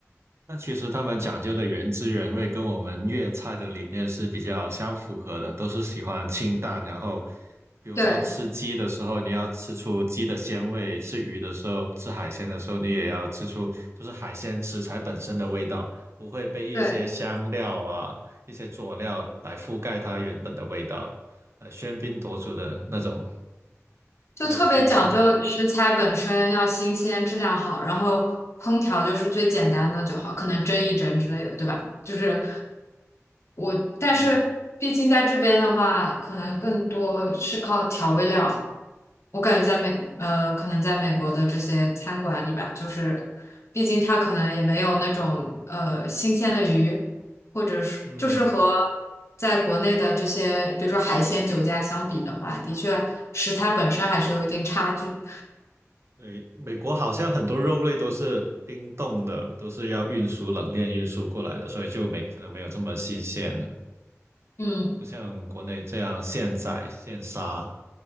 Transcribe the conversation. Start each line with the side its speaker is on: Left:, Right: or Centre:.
Right: 那其实他们讲究的原汁原味，跟我们粤菜的理念是比较相符合的，都是喜欢清淡。然后，比如说吃鸡的时候，
Left: 对
Right: 你要吃出鸡的鲜味；吃鱼的时候，吃海鲜的时候，你也要吃出就是海鲜食材本身的味道，不会被一些香料啊、
Left: 对，
Right: 一些佐料来覆盖它原本的味道，呃，喧宾夺主的那种
Left: 就特别讲究食材本身要新鲜、
Right: 那种趋势。
Left: 质量好，然后烹调就是最简单的就好，可能蒸一蒸之类的，对吧？就是我，但是毕竟在这边的话，
Right: 嗯，
Left: 可能更多是靠调味料。我感觉在美，呃，可能在美国的这些餐馆里吧，就是毕竟它可能也没有那种呃新鲜的鱼，或者是就是和
Right: 嗯。
Left: 在国内的这些，比如说海鲜酒家相比的话，的确食材本身还是有一定差距。
Right: 对，美国好像很多肉类都是冰冻的，都是要运输冷链运输过来的，所以就没可能没有这么新鲜了，
Left: 嗯
Right: 不像国内这样现宰现杀。